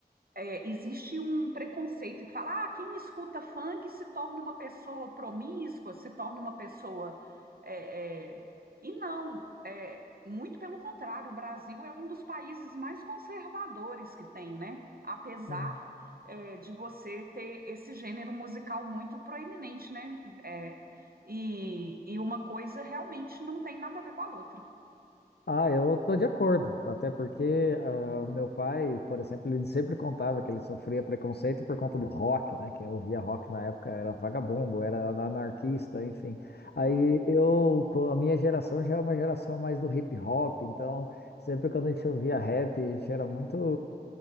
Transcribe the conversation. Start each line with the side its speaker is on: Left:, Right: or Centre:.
Right: é, existe um preconceito que fala, ah, quem escuta funk se torna uma pessoa promíscua, se torna uma pessoa. é, é, E não, é, muito pelo contrário, o Brasil é um dos países mais conservadores que tem, né? Apesar,
Left: sim.
Right: é, de você ter esse gênero musical muito proeminente, né? É, e, e uma coisa realmente não tem nada a ver com a outra,
Left: Ah, eu tô de acordo, até porque ah, o meu pai, por exemplo, ele sempre contava que ele sofria preconceito por conta do rock, né? Quem ouvia rock na época era vagabundo, era anarquista, enfim. Aí eu, com a minha geração já é uma geração mais do hip hop, então sempre quando a gente ouvia rap, a gente era muito